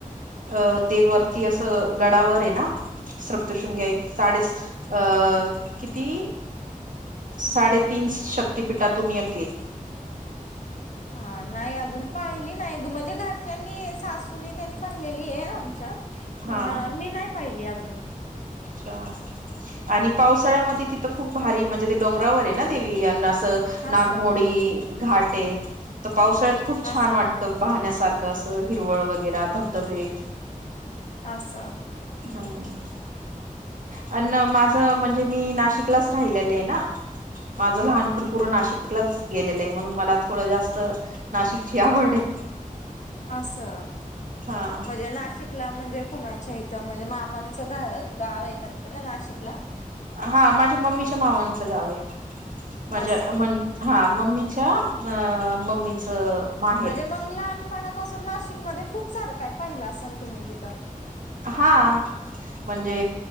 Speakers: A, on the right (about 65°); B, on the left (about 55°).
A: अह ते वरती
B: हम्म
A: असं गडावर आहे ना सप्तशृंगी आहे ती साडे अ किती साडे तीन शक्ततीपीठातून येते.
B: हा नाही अजून पाहिली नाही म्हणजे घरच्यांनी सासूनी त्यांनी पाहिलेली आहे आमच्या पण
A: हा
B: मी नाही पाहिली अजून.
A: अच्छा. आणि पावसाळ्यामध्ये तिथं खूप भारी म्हणजे ते डोंगरावर आहे ना देवी यांना नागमोडी
B: असं
A: घाटे. तर पावसाळ्यात खूप छान
B: असं
A: वाटतं पाहण्यासारखं असं हिरवळ वगैरे धबधबे.
B: आसा.
A: हम्म. अ माझं म्हणजे मी नाशिकलाच राहिलेलं आहे ना? माझं लहानपण पूर नाशिकलाच गेलेलं आहे म्हणून मला थोडं जास्त नाशिकची आवड आहे.
B: आस म्हणजे
A: हा
B: नाशिक. नाशिकला म्हणजे कुणाच्या इथं म्हणजे मामांचं गाव आहे का तिकड नाशिकला?
A: हा माझ्या मम्मीच्या मावांचं गाव आहे माझ्या
B: असं
A: म्हनी. हा मम्मीच्या अ मम्मीच माहेर
B: म्हणजे मग लहानपणापासून नाशिकमध्ये खूप सारं काय पाहिलं असेल तुम्ही तिथं.
A: हा. म्हणजे